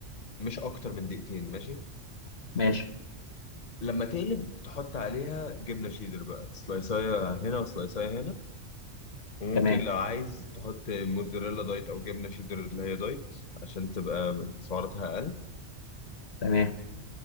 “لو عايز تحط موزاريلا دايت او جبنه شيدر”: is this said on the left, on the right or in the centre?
Left